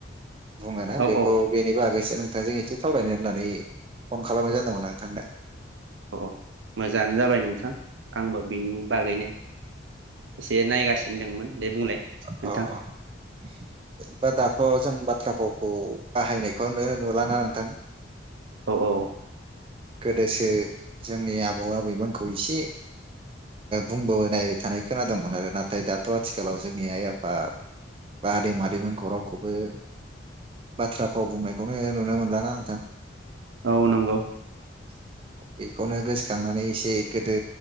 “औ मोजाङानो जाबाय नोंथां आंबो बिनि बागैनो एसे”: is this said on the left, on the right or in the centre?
Right